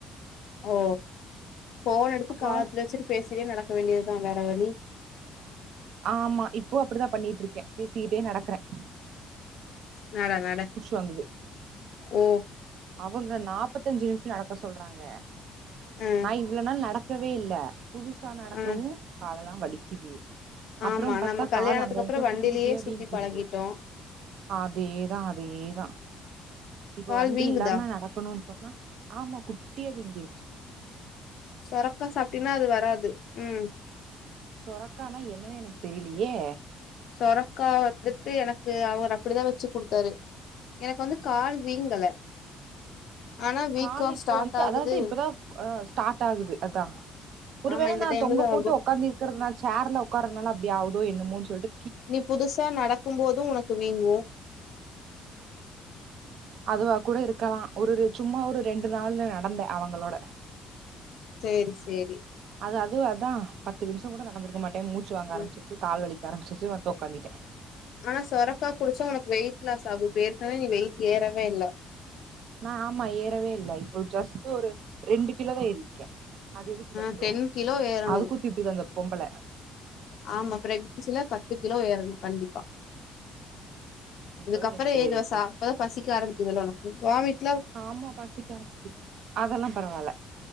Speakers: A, on the left; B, on the right.
A: ஓ போன் எடுத்து
B: அப்றோ
A: காதுல வச்சிரு பேசிட்டே நடக்க வேண்டியதா வேற வழி
B: ஆமா இப்போ அப்படிதா பண்ணிட்டு இருக்கே பேசிகிட்டே நடக்குறே
A: நட நட
B: வாங்குது
A: ஓ
B: அவங்க நாப்பத்தஞ்சு நிமிஷ நடக்க சொல்றாங்க
A: அ
B: நா இவ்வளவு நாள் நடக்கவே இல்ல புதுசா நடக்கவு
A: அ
B: கால் எல்லா வலிக்குது அப்பற
A: ஆமா
B: பாத்தா
A: நம்ம கல்யாணத்துக்கு
B: கால் அங்க
A: அப்புறோ
B: எங்க
A: வண்டிலயே
B: குட்டி குட்டியாவே
A: சுத்தி
B: வீங்கிக்கிரது
A: பழகிட்டோ
B: அதேதா அதேதா இப்ப
A: கால்
B: வண்
A: வீங்குதா
B: நடக்கணுனு சொன்னா ஆமா குட்டிய விங்கிருச்சு
A: சுரக்கா சாப்ட்டைனா அது வராது ம்
B: சுரக்கானா என்னன்னு எனக்கு தெரியலையே
A: சுரக்கா வந்துட்டு எனக்கு அவர் அப்டிதி வச்சு கொடுத்தாரு எனக்கு வந்து கால் வீங்கல ஆனா வீக்கோ
B: கால இப்போ
A: ஸ்டார்ட்
B: வந்து
A: ஆகுது
B: அதாவது இப்பதா ஆ ஸ்டார்ட் ஆகுது அதா ஒருவேள
A: ஆமா இந்த
B: நா
A: டைம்லதா
B: தொங்க போட்டு
A: ஆகு
B: ஒக்காந்து இருக்றது நா சேர்ல ஒக்காறனால அப்டி ஆகுதோ என்னமோன் சொல்ட்டு
A: நீ புதுசா நடக்கும் போது உனக்கு வீங்கு
B: அதுவாக்கூட இருக்கலா ஒருரு சும்மா ஒரு ரெண்டு நாள்ல நடந்தே அவங்களோட
A: சேரி சேரி
B: அது அதுவு அதா பத்து நிமிஷோங்கூட நடந்திருக்க மாட்டே மூச்சு வாங்க
A: ம்
B: ஆரம்பிச்சிருச்சு கால் வலிக்க ஆரம்பிச்சிருச்சி வந்து ஒக்காந்திட்டே
A: ஆனா சொரக்கா குடிச்சா ஒனக்கு வெயிட் லாஸ் ஆகு ஏற்கனே நீ வெயிட் ஏறவே இல்ல
B: நா ஆமா ஏறவே இல்ல இப்போ ஜஸ்ட்டு ஒரு ரெண்டு கிலோதா ஏறிருக்கே அது எதுக்கு
A: ஆ
B: பத்தூ
A: டென் கிலோ ஏறணு
B: அதுக்கூ திட்டுதந்த பொம்பள
A: ஆமா ப்ரக்னன்சில பத்து கிலோ ஏறணு கண்டிப்பா
B: இப்பதா
A: இதுக்கப்பறோ
B: ரெண்டு பேர்
A: ஏதுவசா
B: இருக்கு
A: அப்பதா பசிக்க ஆரம்பிக்குதுல ஒனக்கு வாமி்ட்
B: ஆமா பசிக்க ஆரம்பிக்கிது அதெல்லா பரவால